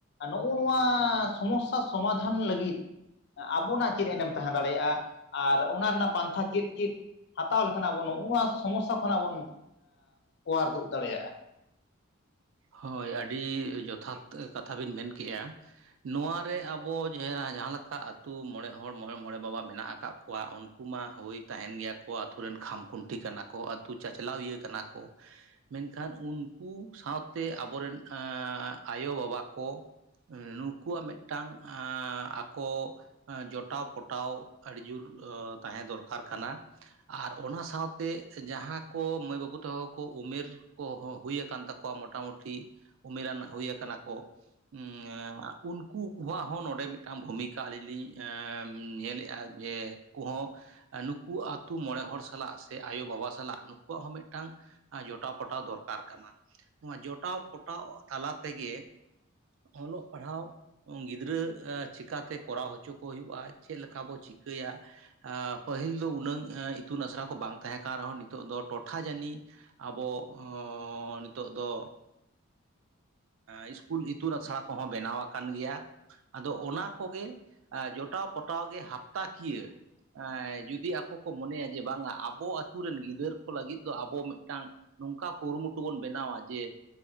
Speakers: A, on the left; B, on the right.
A: ᱱᱚᱜᱼᱚ ᱱᱚᱣᱟ ᱥᱚᱢᱚᱥᱥᱟ ᱥᱚᱢᱟᱫᱷᱟᱱ ᱞᱟᱹᱜᱤᱫ ᱾ ᱟᱵᱚᱱᱟᱜ ᱪᱮᱫ ᱮᱱᱮᱢ ᱛᱟᱦᱮᱸ ᱫᱟᱲᱮᱭᱟᱜᱼᱟ ᱟᱨ ᱚᱱᱟ ᱨᱮᱱᱟᱜ ᱯᱟᱱᱛᱷᱟ ᱪᱮᱫ ᱪᱮᱫ? ᱦᱟᱛᱟᱣ ᱞᱮᱠᱷᱟᱱ ᱟᱵᱚ ᱱᱚᱜ-ᱚ ᱱᱚᱣᱟ ᱥᱚᱢᱚᱥᱟ ᱠᱷᱚᱱᱟᱜ ᱵᱚᱱ ᱚᱣᱟᱨ ᱫᱩᱜ ᱫᱟᱲᱮᱭᱟᱜᱼᱟ ᱾
B: ᱦᱳᱭ ᱟᱹᱰᱤ ᱡᱚᱛᱷᱟᱛ ᱠᱟᱛᱷᱟ ᱵᱤᱱ ᱢᱮᱱ ᱠᱮᱜᱼᱟ ᱾ ᱱᱚᱣᱟ ᱨᱮ ᱟᱵᱚ ᱡᱟ <unintelligible> ᱡᱟᱸᱦᱟ ᱞᱮᱠᱟ ᱟᱹᱛᱩ ᱢᱚᱬᱮ ᱦᱚᱲ ᱢᱚᱬᱮ ᱢᱚᱬᱮ ᱵᱟᱵᱟ ᱢᱮᱱᱟᱜ ᱟᱠᱟᱫ <unintelligible> ᱠᱚᱣᱟ ᱩᱱᱠᱩ ᱢᱟ ᱦᱳᱭ ᱛᱟᱦᱮᱱ ᱜᱮᱭᱟ ᱠᱚ ᱟᱛᱳ ᱨᱮᱱ ᱠᱷᱟᱢ-ᱠᱷᱩᱱᱴᱤ ᱠᱟᱱᱟ ᱠᱚ ᱟᱛᱩ ᱪᱟᱪᱞᱟᱣ ᱤᱭᱟᱹ ᱠᱟᱱᱟ ᱠᱚ ᱢᱮᱱᱠᱷᱟᱱ ᱩᱱᱠᱩ ᱥᱟᱶᱛᱮ ᱟᱵᱚᱨᱮᱱ ᱮᱸᱻ ᱟᱭᱳ-ᱵᱟᱵᱟ ᱠᱚ ᱱᱩᱠᱩᱣᱟᱜ ᱢᱤᱫᱴᱟᱝ ᱟᱸᱻ ᱟᱠᱚ ᱾ <unintelligible> <unintelligible> ᱡᱚᱴᱟᱣ ᱯᱚᱴᱟᱣ ᱟᱹᱰᱤ ᱡᱩᱨ ᱛᱟᱸᱦᱮ ᱫᱚᱨᱠᱟᱨ ᱠᱟᱱᱟ ᱟᱨ ᱚᱱᱟ ᱥᱟᱶᱛᱮ ᱡᱟᱸᱦᱟ ᱠᱚ ᱢᱟᱹᱭ ᱵᱟᱹᱵᱩ ᱛᱟᱠᱚ ᱠᱚ ᱩᱢᱮᱨ, ᱠᱚ ᱦᱚ ᱦᱩᱭ ᱟᱠᱟᱱ ᱛᱟᱠᱚᱣᱟ ᱢᱚᱴᱟᱢᱩᱴᱤ ᱩᱢᱮᱨᱟᱱ ᱦᱩᱭ ᱟᱠᱟᱱᱟ ᱠᱚ, ᱩᱸ <unintelligible> ᱩᱱᱠᱩ ᱠᱚᱣᱟᱜ ᱦᱚᱸ ᱱᱚᱸᱰᱮ ᱢᱤᱫᱴᱟᱝ ᱵᱷᱩᱢᱤᱠᱟ ᱟᱞᱤᱧ ᱞᱤᱧ ᱮᱸ <unintelligible> ᱧᱮᱞᱮᱜᱼᱟ ᱡᱮ ᱠᱩ ᱦᱚᱸ ᱱᱩᱠᱩ ᱟᱛᱩ ᱢᱚᱬᱮ ᱦᱚᱲ ᱥᱟᱞᱟᱜ ᱥᱮ ᱟᱭᱳ-ᱵᱟᱵᱟ ᱥᱟᱞᱟᱜ ᱱᱩᱠᱩᱣᱟᱜ ᱦᱚᱸ ᱢᱤᱫᱴᱟᱝ ᱾ ᱡᱚᱴᱟᱣ ᱯᱚᱴᱟᱣ ᱫᱚᱨᱠᱟᱨ ᱠᱟᱱᱟ ᱾ ᱱᱚᱣᱟ ᱡᱚᱴᱟᱣ ᱯᱚᱴᱟᱣ ᱛᱟᱞᱟ ᱛᱮᱜᱮ ᱚᱞᱚᱜ ᱯᱟᱲᱦᱟᱣ, ᱜᱤᱫᱽᱨᱟᱹ ᱪᱤᱠᱟᱛᱮ ᱠᱚᱨᱟᱣ ᱦᱚᱪᱚ ᱠᱚ ᱦᱩᱭᱩᱜᱼᱟ ᱾ᱪᱮᱛ ᱞᱮᱠᱟ ᱵᱚ ᱪᱤᱠᱟᱹᱭᱟ, ᱯᱟᱹᱦᱤᱞ ᱫᱚ ᱩᱱᱟᱹᱝ ᱤᱛᱩᱱᱟᱥᱲᱟ ᱠᱚ ᱵᱟᱝ ᱛᱟᱦᱮᱸ ᱠᱟᱱ ᱨᱮᱦᱚᱸ ᱱᱤᱛᱚᱜ ᱫᱚ ᱴᱚᱴᱷᱟ ᱡᱟᱹᱱᱤ ᱟᱵᱚ ᱱᱤᱛᱚᱜ ᱫᱚ, ᱤᱥᱠᱩᱞ ᱤᱛᱩᱱ ᱟᱥᱲᱟ ᱠᱚᱦᱚᱸ ᱵᱮᱱᱟᱣ ᱠᱟᱱ ᱜᱮᱭᱟ᱾ ᱟᱫᱚ ᱚᱱᱟ ᱠᱚᱜᱮ ᱡᱚᱴᱟᱣ ᱯᱚᱴᱟᱣ ᱜᱮ ᱦᱟᱯᱛᱟ ᱠᱤᱭᱟᱹ, ᱡᱩᱫᱤ ᱟᱠᱚ ᱠᱚ ᱢᱚᱱᱮᱭᱟ ᱡᱮ ᱵᱟᱝᱟ ᱟᱵᱚ ᱟᱛᱩ ᱨᱮᱱ ᱜᱤᱫᱟᱹᱨ ᱠᱚ ᱞᱟᱹᱜᱤᱫ ᱫᱚ ᱟᱵᱚ ᱢᱤᱜᱴᱟᱝ ᱱᱚᱝᱠᱟ ᱠᱩᱨᱩᱢᱩᱴᱩ ᱵᱚᱱ, ᱵᱮᱱᱟᱣᱟ ᱡᱮ